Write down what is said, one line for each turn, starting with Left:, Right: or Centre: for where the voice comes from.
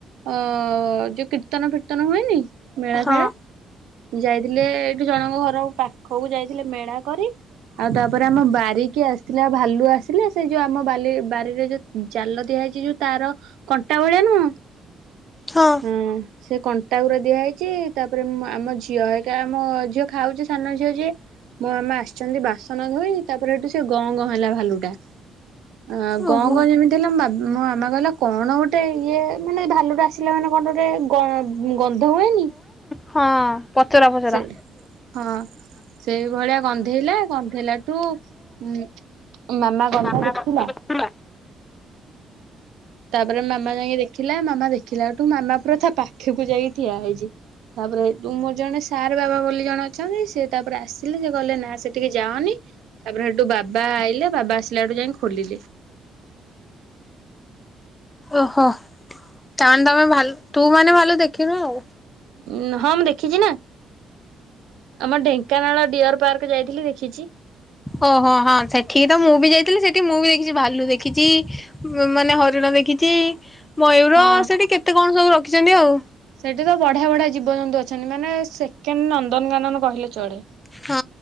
Right: ଅ ଯୋଉ କୀର୍ତ୍ତନ ଫୀର୍ତ୍ତନ ହୁଏନି ମେଳା
Left: ହଁ
Right: ଫେଳା ଯାଇଥିଲେ ଏଇଠୁ ଜଣଙ୍କ ଘରକୁ ପା ଖକୁ ଯାଇଥିଲେ ମେଳା କରି ଆଉ ତାପରେ ଆମ ବାରିକି ଆସିଥିଲା ଭାଲୁ ଆସିଲା ସେ ଯୋଉ ଆମ ବାରିରେ ଯୋଉ ଜାଲ ଦିଆ ହୋଇଛି ଯୋଉ ତାର କଣ୍ଟା ଭଳିଆ ନୁହୁଁ
Left: ହଁ।
Right: ହୁଁ। ସେ କଣ୍ଟାଗୁରା ଦିଆହେଇଛି ତାପରେ ଆମ ଝିଅ ହାରିକା ଆମ ଝିଅ ଖାଉଛି ସାନ ଝିଅ ଯିଏ ମୋ ମାମା ଆସିଛନ୍ତି ବାସନ ଧୋଇ ତାପରେ ସେଠୁ ସେ ଗଁ ଗଁ ହେଲା ଭାଲୁଟା। ଆ
Left: ଓହୋ।
Right: ଗାଁ ଗାଁ ଯେମିତି ହେଲା ମୋ ବା ମୋ ମାମା କଇଲା କଣ ଗୋଟେ ଇଏ ମାନେ ଭାଲୁ ଟ ଆସିଲେ ମାନେ କଣ ଗୋଟେ ଗନ୍ଧ ହୁଏନି?
Left: ହଁ ପଚରା ପଚରା।
Right: ସେ ହଁ ସେଇ ଭଳିଆ ଗନ୍ଧେଇଲା ଗନ୍ଧେଇଲାଠୁ ଉ ମାମା ଗଲା
Left: ବାପା
Right: ଦେଖିଲା।
Left: ଦେଖିଥିଲା
Right: ତାପରେ ମାମା ଯାଇକି ଦେଖିଲା ମାମା ଦେଖିଲା ଠୁ ମାମା ପୁରା ତା ପାଖକୁ ଯାଇକି ଠିଆ ହେଇଛି ତାପରେ ତୁ ମୋର ଜଣେ ସାର୍ ବାବା ବୋଲି ଜଣେ ଅଛନ୍ତି ସେ ତାପରେ ଆସିଲେ ସେ କହିଲେ ନା ସେଠିକି ଯାଅନି ତାପରେ ସେଠୁ ବାବା ଆଇଲେ ବାବା ଆସ ଲାଠୁ ଯାଇକି ଖୋଲିଲେ।
Left: ଓହୋ ତାମାନେ ତମେ ଭଲ ତୁ ମାନେ ଭାଲୁ ଦେଖିନୁ ଆଉ।
Right: ଉ ହଁ ମୁଁ ଦେଖିଛି ନା ଆମ ଢେଙ୍କାନାଳ ଡିଅର ପାର୍କ ଯାଇଥିଲି ଦେଖିଛି।
Left: ଓହୋ ହଁ ସେଠିକି ତ ମୁଁ ବି ଯାଇଥିଲି ସେଠି ମୁଁ ବି ଦେଖିଛି ଭାଲୁ ଦେଖିଛି ମାନେ ହରିଣ ଦେଖିଛି। ମୟୂର
Right: ହଁ।
Left: ସେଠି କେତେ କଣ ସବୁ ରଖ ଦେଖିଛନ୍ତି ଆଉ।
Right: ସେଠି ତ ବଢିଆ ବଢିଆ ଜୀବଜନ୍ତୁ ଅଛନ୍ତି ମାନେ ସେକେଣ୍ଡ ନନ୍ଦନକାନନ କହିଲେ ଚଳେ
Left: ହଁ